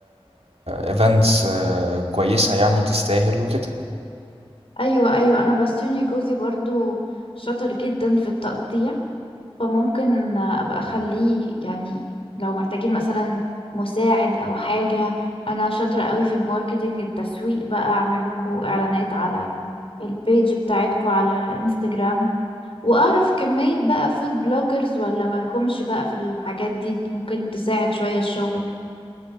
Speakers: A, on the right; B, on the left.
A: ايفنتس كويسة يعني تستاهل وكده
B: ايوه ايوه انا بسوني جوزي برضو شاطر جدا في التقطيع فممكن ابقى اخليه يعني لو محتاجين مثلا مساعد او حاجه انا شاطره قوي في الماركتينج التسويق بقى اعمل لكم اعلانات على البيج بتاعتكم على انستجرام واعرف كمية بقى فود بلوجرز ولا مالكمش بقى في الحاجات دي ممكن تساعد شوية الشغل